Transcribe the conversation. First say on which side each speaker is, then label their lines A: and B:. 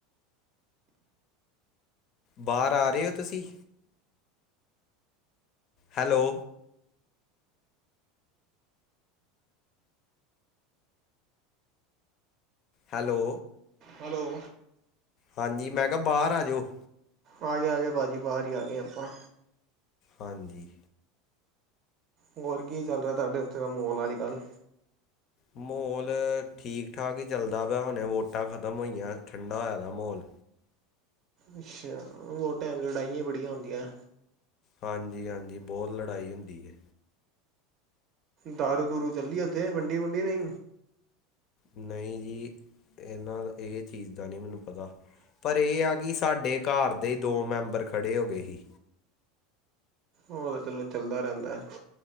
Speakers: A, on the left; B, on the right.
A: ਬਾਰ ਆ ਰੇ ਓ, ਤੁਸੀ? ਹੈਲੋ। ਹੈਲੋ।
B: ਹੈਲੋ।
A: ਹਾਂਜੀ, ਮੈਂ ਕਾ ਬਾਰ ਆਜੋ।
B: ਆਗੇ ਆਗੇ ਪਾਜੀ ਬਾਰ ਈ ਆਗੇਂ ਆਂਪਾ
A: ਹਾਂਜੀ।
B: ਹੋਰ ਕੀ ਚੱਲ ਰੇਐ ਤਾਡੇ ਓਥੇ ਦਾ ਮੌਲ ਅੱਜ ਕੱਲ
A: ਮੌਲ ਠੀਕ ਠਾਕ ਈ ਚੱਲਦਾ ਪਯੈ, ਹੁਨੇ ਵੋਟਾਂ ਖਤਮ ਹੋਇਐਂ, ਠੰਡਾ ਹੋਯਾ ਦਾ ਮੌਲ।
B: ਅੱਛਾ, ਵੋਟਾਂ ਚ ਲੜਾਈਆਂ ਬੜੀਆਂ ਹੁੰਦੀਐਂ।
A: ਹਾਂਜੀ, ਹਾਂਜੀ ਬੋਤ ਲੜਾਈ ਹੁੰਦੀ ਏ।
B: ਦਾਰੂ, ਦੂਰੂ ਚੱਲੀ ਓੱਥੇ ਵੰਡੀ, ਵੁੰਡੀ ਨਈ
A: ਨਈਂ ਜੀ, ਏਨਾਂ ਏ ਚੀਜ਼ ਦਾ ਨੀ ਮੈਨੂੰ ਪਤਾ। ਪਰ ਏ ਆ ਕਿ ਸਾਡੇ ਘਾਰ ਦੇ ਦੋ ਮੈਂਬਰ ਖੜੇ ਹੋਗੇ ਹੀ।
B: ਓ ਤੇ ਚਲੋ ਚੱਲਦਾ ਰੈਂਦੈ।